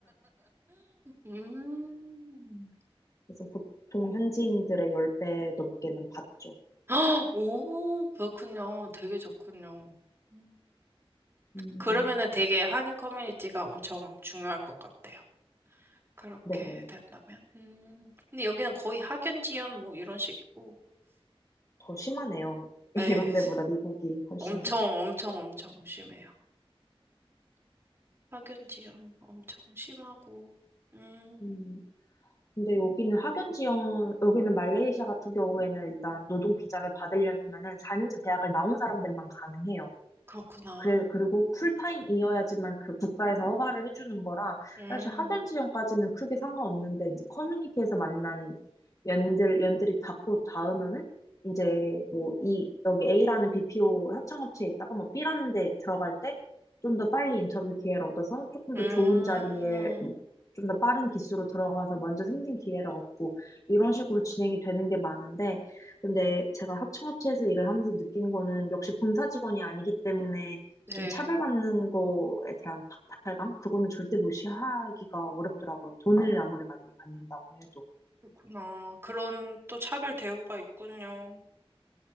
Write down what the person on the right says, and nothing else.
음.
헉, 오, 그렇군요. 되게 좋군요. 음.
그러면은 되게 한인 커뮤니티가 엄청 중요할 것 같아요. 그렇게
된다면. 음. 근데 여기는 거의 학연 지연 뭐 이런 식이고.
예,
엄청,
엄청, 엄청 심해요. 학연지연 엄청 심하고, 음,
그렇구나.
음,
음,
네,
그렇구나. 그런 또 차별 대우가 있군요.